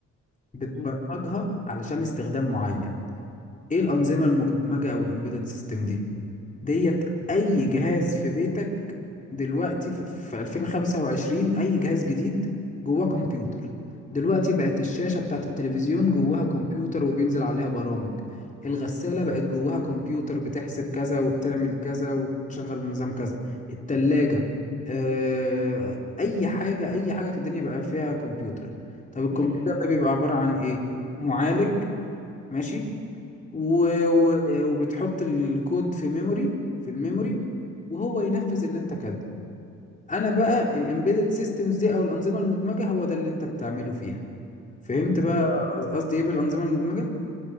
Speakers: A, on the left (about 25°); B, on the left (about 80°).
A: بتبرمجها
B: اه
A: علشان استخدام معين ايه الانظمة المدمجة او الامبيدد سيستم دي ديت اي جهاز في بيتك دلوقتي في, في 2025 اي جهاز جديد جواه كمبيوتر دلوقتي بقت الشاشة بتاعت التلفزيون جواها كمبيوتر وبينزل عليها برامج الغسالة بقت جواها كمبيوتر بتحسب كذا وبتعمل كذا وتشغل نظام كذا التلاجة آه، اي حاجة اي حاجة في الدنيا بقى فيها كمبيوتر طب الكمبيوتر
B: امم
A: ده بيبقى عبارة عن ايه معالج ماشي و... و... وبتحط الكود في ميموري في الميموري وهو ينفذ اللي انت كاتبه انا بقى الامبيدد سيستمز دي او الانظمه المدمجه هو ده اللي انت بتعمله فيها فهمت بقى
B: امم
A: قصدي ايه بالانظمه المدمجه